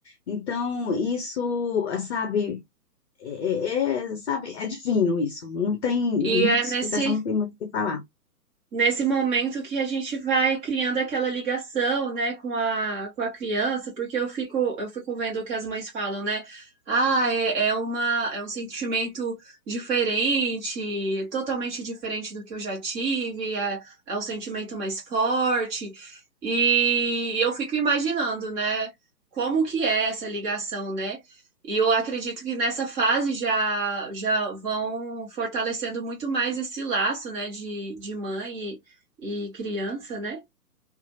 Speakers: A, on the left; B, on the right.
A: Então, isso, ah, sabe, é, é- é, sabe, é divino isso. Não tem muita
B: E é
A: explicação,
B: nesse,
A: não tem muito o que falar.
B: nesse momento que a gente vai criando aquela ligação, né, com a, com a criança, porque eu fico, eu fico vendo o que as mães falam, né? Ah, é, é uma, é um sentimento diferente, totalmente diferente do que eu já tive, é, é um sentimento mais forte. E eu fico imaginando, né, como que é essa ligação, né? E eu acredito que nessa fase já, já vão fortalecendo muito mais esse laço, né, de, de mãe e, e criança, né?